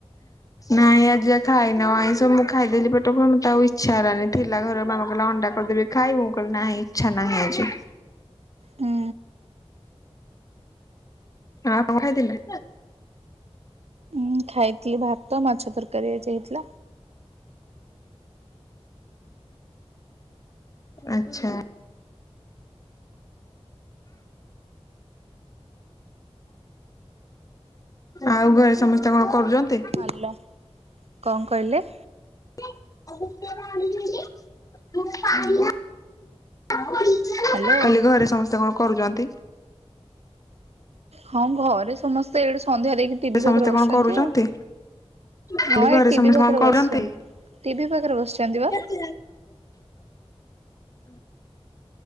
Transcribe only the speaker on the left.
ନାଇଁ ଆ ଯା ଖାଇନ ଆଇଁଷ ମୁଁ ଖାଇଦେଲି ପେଟ ଫୁଲ ମତେ ଆଉ ଇଚ୍ଛା ହେଲାନି ଥିଲା ଘର ମାମା କହିଲା ଅଣ୍ଡା କରିଦେବି? ଖାଇବୁ ମୁଁ କହିଲି ନାହିଁ ଇଚ୍ଛା ନାହିଁ ଆଜି।
ଆପଣ କଣ ଖାଇଥିଲ?
ଆଛା। ଆଉ ଘରେ ସମସ୍ତେ କଣ କରୁଚନ୍ତି?
<unintelligible> କହିଲି
ଘରେ ସମସ୍ତେ କଣ କରୁଚନ୍ତି?
ସମସ୍ତେ
କଣ କରୁଛନ୍ତି?
କହିଲି
ଘରେ
ସମସ୍ତେ
କଣ କରୁଛନ୍ତି?
<unintelligible> <unintelligible>